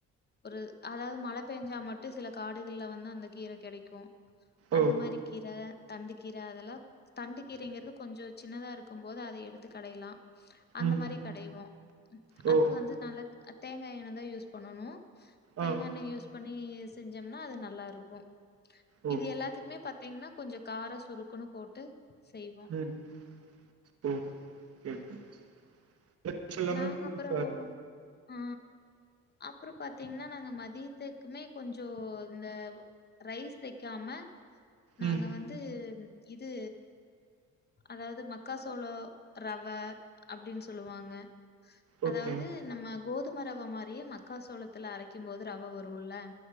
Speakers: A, on the left (about 35°); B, on the right (about 50°).
A: ஒரு அதாவ்து மழ பெஞ்சா மட்டு சில காடுகள்ல வந்து அந்த கீர கெடைக்கூ அந்த
B: ஓ
A: மாரி கீர தண்டு கீர அதெல்லா தண்டு கீரைங்குர்து கொஞ்சொ சின்னதா இருக்கும்போது அத எடுத்து கடையலா அந்த
B: ம்
A: மாரி கடைவோ அதுக்கு
B: ஓ
A: வந்து நல்ல அ தேங்காய் எண்ணெதா யூஸ் பண்ணணூ தேங்காண்ணெ
B: ஆ
A: யூஸ் பண்ணி செஞ்சோம்னா அது நல்லா இருக்கு
B: ஓ
A: இது எல்லாத்துக்குமே பத் த்தீங்ன்னா கொஞ்ச காரோ சுருக்குன்னு போட்டு செய்வோம்.
B: ம் சொல்லுங்க ம் <unintelligible> எல்லாமே
A: நாங்க
B: புதுசாருக்
A: அப்புறம் ஆ அப்பறோ பாத்தீங்னா நாங்க மதியத்துக்குமே கொஞ்சோ இந்த ரைஸ் வெக்காம நாங்க
B: ம்
A: வந்து இது அதாவது மக்கா சோளோ ரவ அப்படின் சொல்லுவாங்க
B: ஓகே
A: அதாவது நம்ம ஆ கோதும ரவ மாரியே மக்கா சோளத்துல அரைக்கு போது ரவ வரும்ல